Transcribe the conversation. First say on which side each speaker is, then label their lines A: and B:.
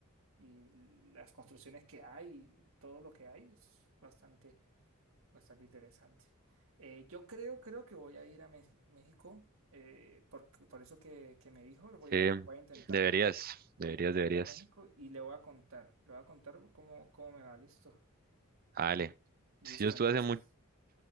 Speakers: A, on the right; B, on the right.
A: y las construcciones que hay y todo lo que hay es bastante... Bastante interesante. Eh, yo creo, creo que voy a ir a Mex- México, eh, por, por eso que, que me dijo, voy
B: sí,
A: a, voy a intentarlo.
B: deberías, deberías,
A: Voy a intentar
B: deberías.
A: ir a México y le voy a contar, le voy a contar cómo, cómo me va, listo.
B: Dale,
A: Listo,
B: si yo estuve
A: entonces.
B: hace mucho,